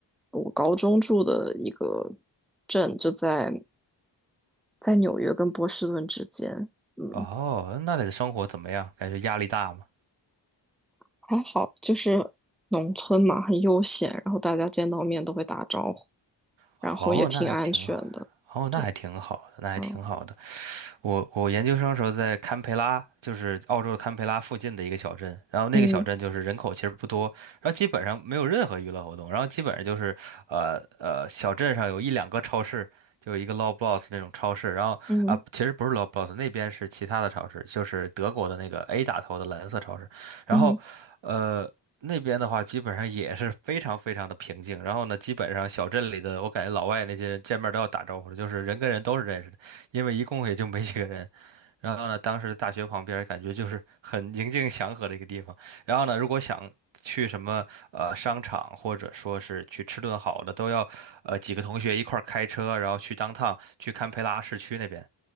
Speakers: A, in the centre; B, on the right.
A: 我高中住的一个镇，就在在纽约跟波士顿之间。嗯，
B: 哦，那里的生活怎么样？感觉压力大吗？
A: 还好，就是农村嘛，很悠闲，然后大家见到面都会打招呼，
B: 哦，
A: 然后也挺安全的。
B: 那还挺好。哦，那还挺好的，
A: 对，
B: 那还挺好的。
A: 嗯
B: 我我研究生时候在堪培拉，就是澳洲的堪培拉附近的一个小镇，然后那个小镇就是人口其实不多，
A: 嗯
B: 然后基本上没有任何娱乐活动，然后基本上就是呃呃小镇上有一两个超市，就有一个 Loblaws 那种超市，然后啊、
A: 嗯
B: 其实不是 Loblaws 那边是其他的超市，就是德国的那个 A 打头的蓝色超市，然后呃。
A: 嗯
B: 那边的话，基本上也是非常非常的平静。然后呢，基本上小镇里的，我感觉老外那些人见面都要打招呼的，就是人跟人都是认识的。因为一共也就没几个人。然后呢，当时大学旁边儿感觉就是很宁静祥和的一个地方。然后呢，如果想去什么呃商场，或者说是去吃顿好的，都要呃几个同学一块儿开车，然后去当趟去堪培拉市区那边，